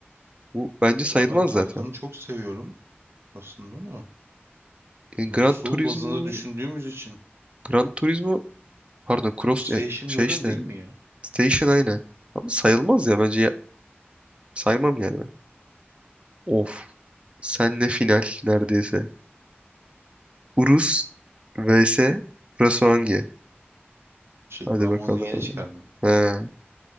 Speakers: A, on the right; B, on the right.
A: Bu bence sayılmaz
B: ya ben Taycan'ı
A: zaten.
B: çok seviyorum aslında ama
A: E, Gran
B: yani SUV
A: Turismo
B: bazında düşündüğümüz için
A: Gran Turismo pardon Cross
B: o Station
A: ya şey
B: Wagon
A: işte
B: değil mi ya?
A: Station aynen. Ama sayılmaz ya bence ya- saymam yani ben. Of. Senle final neredeyse. Urus vs Prasolangi.
B: Şey
A: Hadi
B: Lambo'nun
A: bakalım.
B: yeni çıkardığı.
A: Ha.